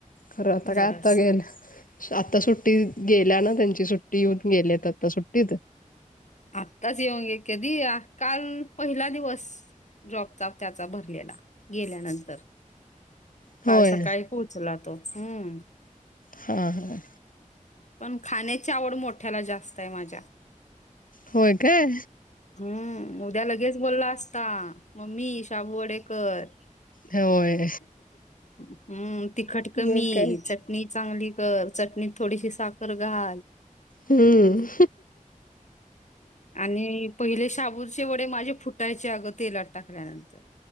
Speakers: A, on the left; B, on the left.
A: खरं, आता
B: जरास
A: काय? आता गेल, आता सुट्टी गेल्या ना, त्यांची सुट्टी येऊन गेलेत आता. सुट्टीत
B: आत्ताच येऊन <unintelligible> कधी काल पहिला दिवस. जॉबचा त्याचा भरलेला. गेल्यानंतर.
A: होय
B: काल सकाळी पोहोचला तो. हम्म.
A: हा, हा.
B: पण खाण्याची आवड, मोठ्याला जास्तय माझ्या.
A: होय काय
B: हम्. उद्या लगेच बोलला असता मम्मी, शाबू वडे कर.
A: होय.
B: हम्म. तिखट कमी.
A: मग काय
B: चटणी चांगली कर. चटणीत थोडीशी साखर घाल.
A: हम्म.
B: आणि पहिले शाबूचे वडे, माझे फुटायचे अगं. तेलात टाकल्यानंतर.